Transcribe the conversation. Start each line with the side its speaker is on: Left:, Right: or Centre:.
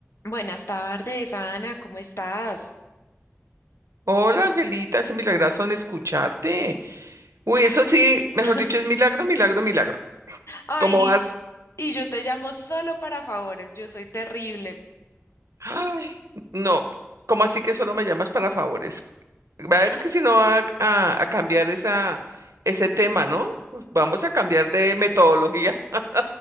Left: Buenas tardes, Ana, ¿cómo estás?
Right: Hola, Angelita, es un milagrazo en escucharte. Uy, eso sí, mejor
Left: <laughs>
Right: dicho, es milagro, milagro, milagro.
Left: Ay,
Right: ¿Cómo vas?
Left: y, y yo te llamo solo para favores, yo soy terrible.
Right: Ay, no, ¿cómo así que solo me llamas para favores? Va
Left: <laughs>
Right: a ver que si no va a, a a cambiar esa, ese tema, ¿no? Vamos a cambiar de metodología. <laughs>